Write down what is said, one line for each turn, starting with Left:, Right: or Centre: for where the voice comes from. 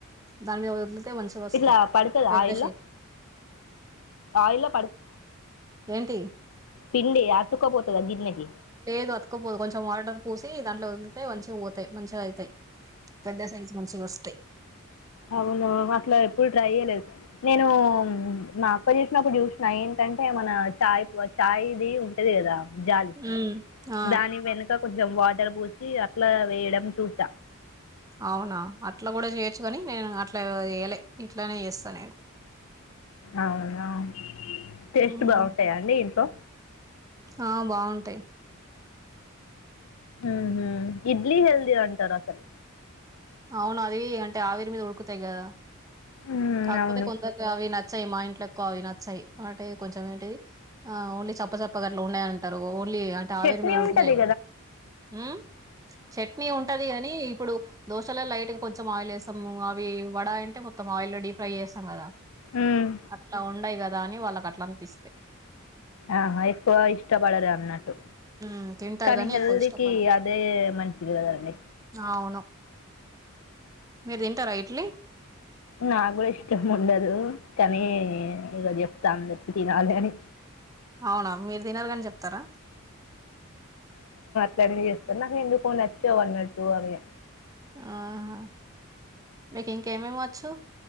Right: దాని మీద వ <unintelligible> వస్తాయి
Left: ఇట్లా పడుతుందా
Right: పెద్ద
Left: ఆయిల్లో
Right: షేప్
Left: ఆయిల్లో
Right: ఏంటి
Left: పిండడి ఆ తుకోబోతుదా గిన్నెకి
Right: లేదు అతుకుపోదు కొంచెం వాటర్ పూసి దాంట్లో వెదితే మంచిగ పోతాయి మంచిగా అయితాయి పెద్ద సైస్ మంచిగ వస్తాయి
Left: అవును అట్ల ఎప్పుడు ట్రై చేయలేదు నేను మా అక్క చూసినప్పుడు చూసిన ఏంట ఎంటే మన చాయ్ ప చాయ్ది ఉంటది కదా జాలి
Right: ఉమ్ ఆ
Left: దాని వెనుక కొ వాటర్ పోసి అట్ల వేయడం చూస
Right: అవునా అట్లా కూడా చేయొచ్చు కాని నేను అట్లా చేయలే ఇట్లానే చేస్తా నేను
Left: అవునా టేస్ట్
Right: ఉమ్
Left: బాగుంటాయా అండి ఇంట్లో
Right: ఆ బాగుంటాయి
Left: మ్మహు ఇడ్లీ హల్ది అంటారు అసలు
Right: అవును అది అంటే ఆవిరి మీద ఉడుకుతాయి కదా
Left: మ్మ్,
Right: కాకపోతే
Left: అవును
Right: కొందక అవి నచ్చ నచ్చాయి మా ఇంట్లో ఎక్కువ అవి నచ్చాయి అంటే కొంచెం ఏంటిది ఆ ఓన్లీ చప్పచప్ప గట్లు ఉన్నాయంటారు ఓన్లీ అంట ఆవేరు
Left: చట్నీ
Right: మీద ఉడుకుతాయి
Left: ఉంటుంది
Right: కదా మ్మ్ చట్నీ ఉంటది కాని ఇప్పుడు దోశలో లైట్ గా కొంచెం ఆయిల్ వేస్తాము అవి వడ అంటే మొత్తం ఆయిల్లో డీప్ ఫ్రై చేస్తాం కదా
Left: మ్మ్.
Right: అట్లా ఉండయి కదా అని వాళ్ళకి అట్లా అనిపిస్తేయి
Left: ఆహా ఎక్కువ ఇష్టపడరు అన్నాట్టు
Right: ఉమ్ తింటారు
Left: కానీ
Right: గాని
Left: హెల్తీకి
Right: ఎక్కువ ఇష్టపడరు
Left: అదే మంచిది కదండి
Right: అవును మీరు తింటారా ఇడ్లీ
Left: నా కూడా ఇష్టం ఉండదు కానీ ఇక చెప్తా అందరికి తినాలి అని
Right: అవునా మీరు తినరు కాని చెప్తారా
Left: ట్లన్ని చేస్తాను నాకు ఎందుకో నచ్చా అ నచ్చావాన్నట్టు అవి
Right: ఆహా మీకు ఇంకేమి ఇవ్వచ్చు